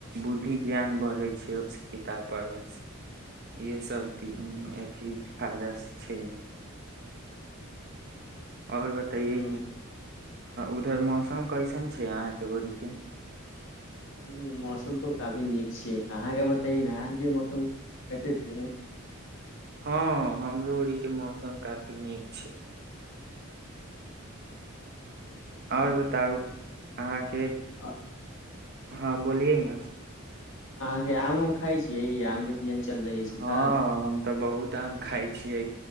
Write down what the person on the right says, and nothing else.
बुद्धि ज्ञान बढ़ै छै ओ सब किताब पढ़लासे इहे सब अथी फायदा छै और बतैइयै
उधर मौसम कैसन छै अहाँ के बड़ी के
हँ हमरो ओरीके मौसम काफी नीक छै
आओर बताउ अहाँके
हँ बोलियै ने
हँ
हम तऽ बहुत आम खाइ छियै